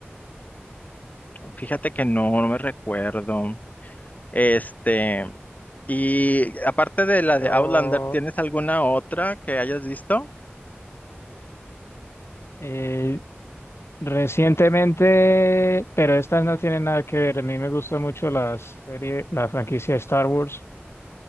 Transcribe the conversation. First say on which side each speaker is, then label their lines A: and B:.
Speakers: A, on the left (about 40°); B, on the left (about 80°).
A: Fíjate que no, no me recuerdo. Este, y aparte de la
B: pero
A: de Outlander, ¿tienes alguna otra que hayas visto?
B: eh, recientemente, pero estas no tienen nada que ver. A mí me gusta mucho la serie, la franquicia de Star Wars